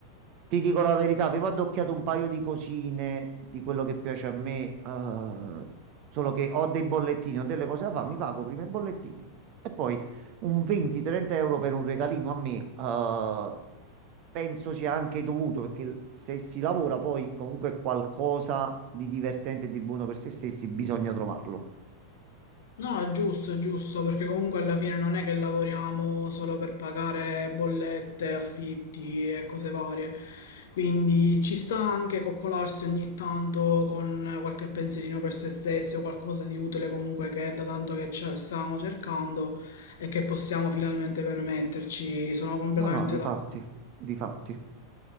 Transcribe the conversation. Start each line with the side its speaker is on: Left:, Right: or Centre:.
Right: Ti dico la verità, avevo addocchiato un paio di cosine di quello che piace a me, eh, solo che ho dei bollettini, ho delle cose da fare, mi pago prima i bollettini e poi un 20-30 euro per un regalino a me, eh, penso sia anche dovuto perché se si lavora poi comunque qualcosa di divertente e di buono per se stessi bisogna trovarlo.
Left: No, è giusto, è giusto, perché comunque alla fine non è che lavoriamo solo per pagare bollette, affitti e cose varie. Quindi ci sta anche coccolarsi ogni tanto con qualche pensierino per se stessi o qualcosa di utile comunque che è da tanto che ce- stavamo cercando e che possiamo finalmente permetterci. Sono completamente
Right: No, no, di
Left: d'accordo.
Right: fatti, di fatti.